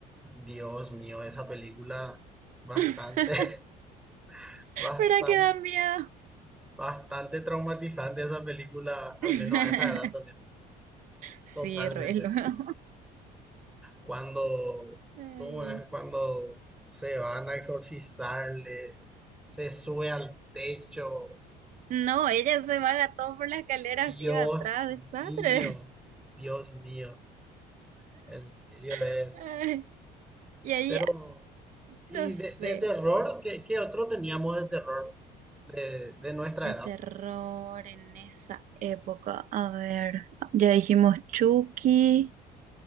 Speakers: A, in the centre; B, on the right.
A: Dios mío, esa película bastante,
B: <laughs>
A: <laughs> bastante,
B: ¿Verdad que da miedo?
A: bastante traumatizante esa película, al
B: <laughs>
A: menos a esa edad también.
B: Sí,
A: Totalmente.
B: re luego.
A: Cuando,
B: <laughs> Ay.
A: ¿cómo es? Cuando se van a exorcizarle, se sube al techo.
B: No, ella se va gatón por la escalera
A: Dios
B: así de atrás, desastre.
A: mío, Dios mío, en serio es.
B: <laughs> Ay, y ahí,
A: Pero, ¿y
B: no sé,
A: de, de terror? ¿Qué, qué otro teníamos de terror de, de nuestra
B: de
A: edad?
B: terror en esa época. A ver, ya dijimos Chucky,